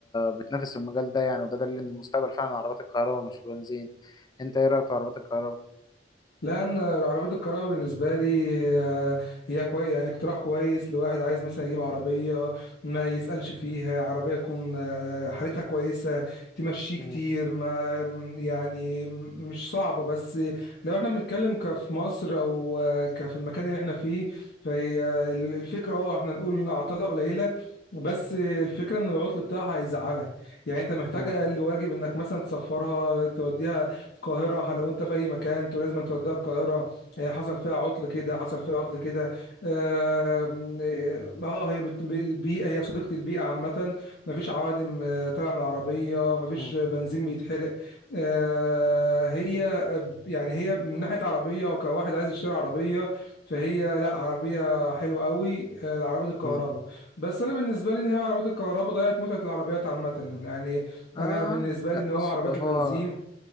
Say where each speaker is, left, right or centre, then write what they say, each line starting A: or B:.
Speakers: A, on the left (about 25°); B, on the left (about 60°).
A: بتنافس في المجال ده يعني وده دليل ان المستقبل فعلا عربات الكهرباء مش البنزين انت ايه رايك في عربات الكهرباء
B: لان عربيات الكهرباء بالنسبه لي آه، هي كويس يعني اقتراح كويس لواحد عايز مثلا يجيب عربيه ما يسالش فيها عربيه تكون آه، حالتها كويسه تمشي كتير
A: مم.
B: ما م- يعني م- مش صعبه بس لو احنا بنتكلم كفي مصر او آه، كفي المكان اللي احنا فيه فهي ال- الفكره اه احنا نقول ان عطلها قليله بس الفكره ان العطل بتاعها هيزعلك يعني انت محتاج
A: مم.
B: اقل واجب انك مثلا تسفرها توديها القاهرة لو انت في اي مكان انتوا لازم توديها القاهرة هي حصل فيها عطل كده حصل فيها عطل كده آم، اه آه، هي بت- البيئة هي صديقة البيئة عامة مفيش عوادم آه، طالعة من العربية مفيش
A: مم.
B: بنزين بيتحرق آه، هي يعني هي من ناحية عربية وكواحد عايز يشتري عربية فهي لا عربية حلوة قوي آه، العربية الكهرباء
A: مم.
B: بس انا بالنسبة لي ان هي عربية الكهرباء ضيعت متعة العربيات عامة يعني
A: اه
B: انا بالنسبة
A: عادي.
B: لي ان
A: بص
B: هو عربيات
A: هو
B: البنزين